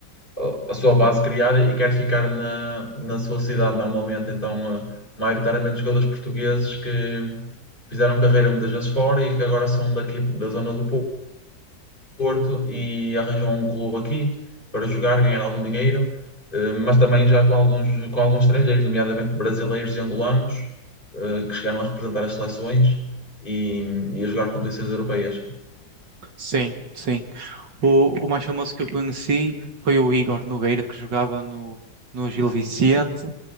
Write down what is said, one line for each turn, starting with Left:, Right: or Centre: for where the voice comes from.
Left: a- uh, a sua base criada e quer ficar na, na sua cidade normalmente. Então, uh, maioritariamente jogadores portugueses que fizeram carreira muitas vezes fora e que agora são daqui da zona do Porto e arranjam um clube aqui para jogar, ganhar algum dinheiro, uh, mas também já com alguns, com alguns estrangeiros, nomeadamente brasileiros e angolanos, uh, que chegaram a representar as seleções e, e a jogar competições europeias.
Right: Sim, sim. O, o mais famoso que eu conheci foi o Igor Nogueira, que jogava no, no Gil Vicente,